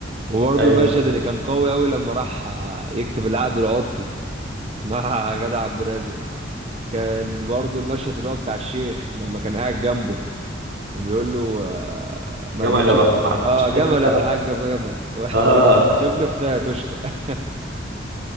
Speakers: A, on the right; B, on the right.
A: وبرضه
B: ايوه
A: المشهد اللي كان قوي قوي لما راح يكتب العقد العرفي مع <laughs> جدع عبد الرازق كان برضه المشهد اللي هو بتاع الشيخ لما كان قاعد جنبه كان بيقول له آه ما
B: جمع
A: ما
B: اللي
A: تشوف
B: بلح ما
A: اه
B: عملتش حته
A: جمل يا ابو الحاج ابو جمل <laughs> و-
B: اه
A: و- تشوف لي اختها يا توشكا <laughs>